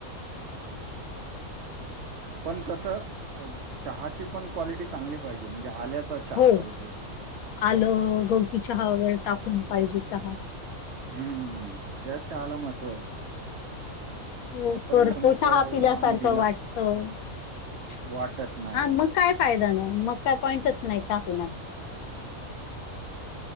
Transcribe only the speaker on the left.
हो
आलं, गवती चहा, वगैरे टाकून पाहिजे चहा.
हो
तर,
तो
चहा पिल्यासारखं
वाटतो. त,
हा मग काय फायदा नाही. मग काय पॉईंटच नाही चहा पिण्यात.